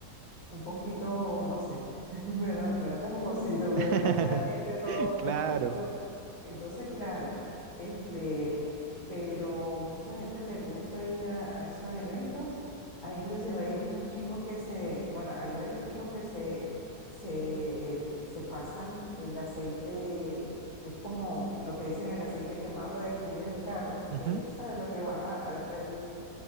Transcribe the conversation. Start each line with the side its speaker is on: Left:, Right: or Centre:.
Left: un poquito, no sé, <laughs> me da, me da como cosito porque
Right: <laughs>
Left: es demasiada gente, todo el
Right: Claro.
Left: mundo junto. Entonces, claro, este, pero mucha gente le gusta ir a, a esos eventos. Ah, inclusive hay un chico que se, bueno, hay varios chicos que se, se, eh, se pasan el aceite, que es como lo que dicen el aceite quemado de aquí de los carros,
Right: Ujú,
Left: que, ¿sabes? Lo que van a, a desperdiciar.